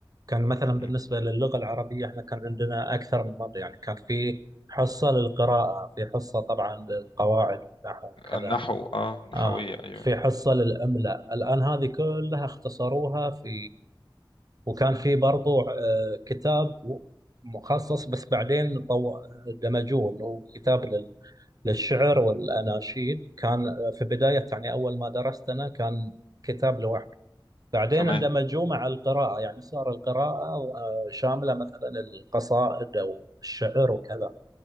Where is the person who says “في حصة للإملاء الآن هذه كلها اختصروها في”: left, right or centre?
Right